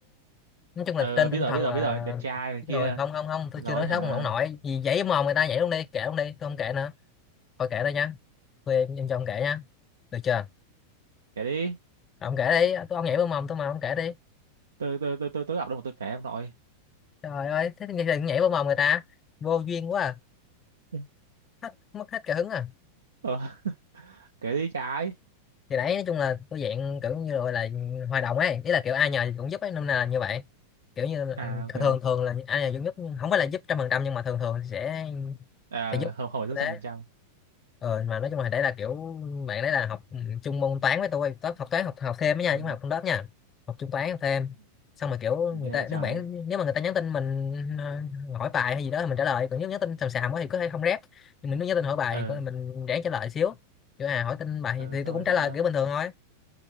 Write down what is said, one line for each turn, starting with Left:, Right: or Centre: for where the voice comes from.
Left: nói chung
Right: Ờ
Left: là trên
Right: biết
Left: tinh
Right: rồi,
Left: thần
Right: biết rồi,
Left: là
Right: biết rồi, đẹp trai này
Left: Đúng
Right: kia.
Left: rồi không không không tôi
Right: Rồi
Left: chưa nói
Right: hả?
Left: xấu ông ông nội gì giấy mồm người ta vậy luôn đi kể luôn đi tôi không kể nữa thôi kể đây nha tôi em, em cho ông kể nha được chưa
Right: Kể đi.
Left: ông kể đi tôi ông nhảy vào mồm tôi mà ông kể đi
Right: Tôi tôi tôi tôi tôi đọc đâu mà tôi kể ông nội.
Left: trời ơi thế thì đừng nhảy vào mồm người ta vô duyên quá à.
Right: <laughs>
Left: hết, mất hết cả hứng à
Right: Ờ, <laughs> kể đi trái.
Left: thì đấy nói chung là tôi dạng kiểu như là, gọi là hòa đồng ấy ý là kiểu ai nhờ thì cũng giúp ấy nên là như vậy kiểu như là,
Right: À ok.
Left: thường thường là ai nhờ cũng giúp nhưng không phải là giúp trăm phần trăm nhưng mà thường thường sẽ
Right: À,
Left: sẽ giúp
Right: không không phải lúc
Left: thế
Right: trăm phần trăm.
Left: ờ, mà nói chung là đấy là kiểu bạn đấy là học ừ, chung môn toán với tôi toán học toán học học thêm đó nha
Right: ừ.
Left: chứ không học trong lớp nha học chung toán học thêm
Right: ừ.
Left: xong rồi kiểu
Right: thì
Left: người
Right: ghê
Left: ta
Right: vậy trái
Left: đơn giản nếu mà người ta nhắn tin mình ờ, hỏi bài hay gì đó thì mình trả lời còn nếu nhắn tin xàm xàm quá thì có thể không rep nhưng mình nếu nhắn tin hỏi bài
Right: ờ
Left: thì có- mình ráng trả lời xíu kiểu à hỏi tin bài
Right: ờ
Left: thì
Right: xong
Left: tôi cũng
Right: rồi
Left: trả
Right: sao
Left: lời
Right: nữa
Left: kiểu bình thường thôi